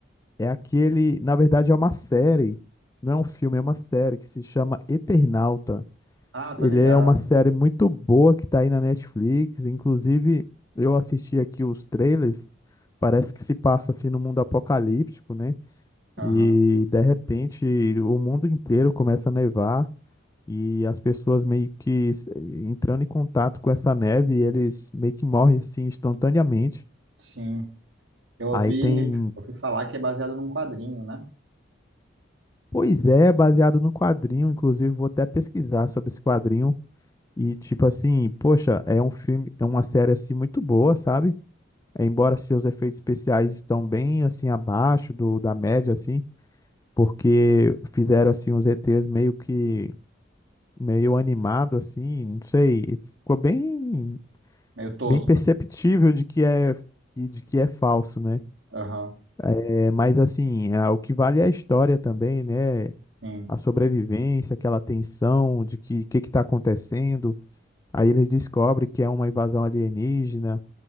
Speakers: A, on the left; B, on the right.
A: É aquele, na verdade, é uma série, não é um filme, é uma série que se chama Eternauta.
B: Ah, tô
A: Ele
B: ligado.
A: é uma série muito boa que tá aí na Netflix. Inclusive, eu assisti aqui os trailers. Parece que se passa assim no mundo apocalíptico, né?
B: Aham.
A: E de repente o mundo inteiro começa a nevar e as pessoas meio que s- entrando em contato com essa neve, eles meio que morrem assim instantaneamente.
B: Sim. Eu ouvi,
A: Aí tem
B: ouvi falar que é baseado num quadrinho, né?
A: Pois é, baseado no quadrinho, inclusive vou até pesquisar sobre esse quadrinho e tipo assim, poxa, é um filme, é uma série assim muito boa, sabe? É, embora seus efeitos especiais estão bem assim abaixo do da média assim, porque fizeram assim os ETs meio que meio animado assim, não sei, e ficou bem
B: Meio tosco.
A: bem perceptível de que é de que é falso, né?
B: Aham,
A: É, mas assim, a- o que vale é a história também, né?
B: sim.
A: a sobrevivência, aquela tensão de que que que está acontecendo. Aí eles descobrem que é uma invasão alienígena